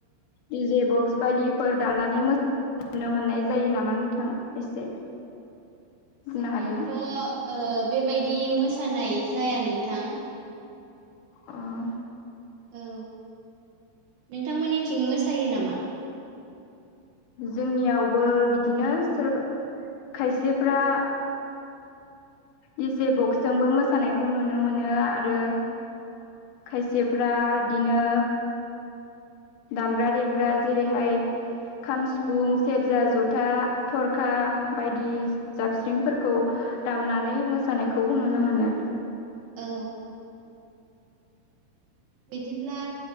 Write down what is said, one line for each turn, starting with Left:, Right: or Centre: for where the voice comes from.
Left: दि जे बक्स बायदिफोर दानानै मो -नुनो मोननाय जायो नामा नोंथां एसे- बुंनो
Right: जोंनियावथ'
Left: हागोन ना
Right: बेबायदि मोसानाय जाया नोंथां।
Left: उम
Right: औ नोंथांमोननिथिं मोसायो नामा?
Left: जोंनियावबो बिदिनो सोरबा -खायसेफ्रा- दिजे बक्सजोंबो मोसानायखौबो नुनो मोनो आरो खायसेफ्रा बिदिनो दामग्रा देग्रा जेरैहाय खाम सिफुं सेरजा जथा थरखा बायदि जाबस्रिंफोरखौ दामनानै मोसानायखौ नुनो मोनो
Right: औ। बिदिब्ला